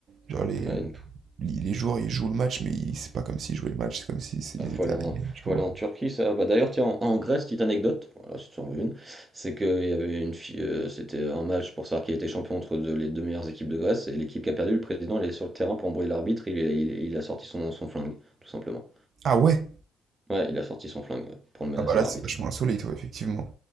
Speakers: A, on the right; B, on the right.
A: Genre, les,
B: ouais, une-
A: les les joueurs, ils jouent le match, mais ils- c'est pas comme s'ils jouaient le match, c'est comme s'ils
B: ah,
A: ils
B: faut
A: étaient
B: aller
A: à
B: en,
A: la guerre, tu
B: faut
A: vois.
B: aller en Turquie, ça. Bah, d'ailleurs, tiens, en, en Grèce, petite anecdote, voilà, si tu en veux une, c'est qu'il y avait une fille, euh, c'était un match pour savoir qui était champion entre deux- les deux meilleures équipes de Grèce, et l'équipe qui a perdu, le président, il est sur le terrain pour embrouiller l'arbitre, il, il, il a sorti son, son flingue, tout simplement.
A: Ah ouais?
B: Ouais, il a sorti son flingue ouais, pour menacer
A: Ah bah là,
B: l'arbitre.
A: c'est vachement insolite, ouais, effectivement.